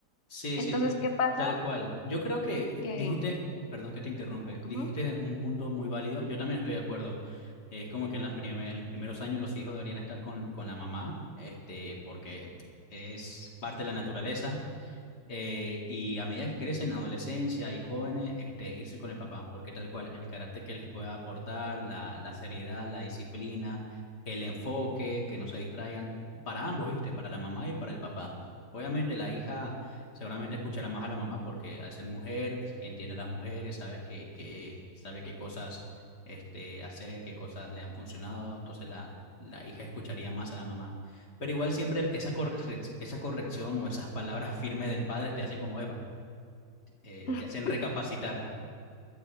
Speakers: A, on the left; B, on the left.
A: Sí,
B: Entonces,
A: sí,
B: ¿qué pasa?
A: tal cual. Yo creo que
B: Que
A: dijiste, perdón que te interrumpe, dijiste
B: ujú,
A: un punto muy válido. Yo también estoy de acuerdo. Es como que en las prime- en los primeros años los hijos deberían estar con, con la mamá, este, porque es parte de la naturaleza eh, y a medida que crecen, adolescencia y jóvenes, este, irse con el papá, porque tal cual, el carácter que les pueda aportar, la, la seriedad, la disciplina, el enfoque, que no se distraigan, para ambos, ¿viste? Para la mamá y para el papá. Obviamente la hija seguramente escuchará más a la mamá porque al ser mujer, entiende a las mujeres, sabe que, que, sabe qué cosas este, hacer, qué cosas le han funcionado, entonces la, la hija escucharía más a la mamá. Pero igual siempre esa, corre- esa corrección o esas palabras firmes del padre te hacen como, Eva, eh,
B: <laughs>
A: te hacen recapacitar.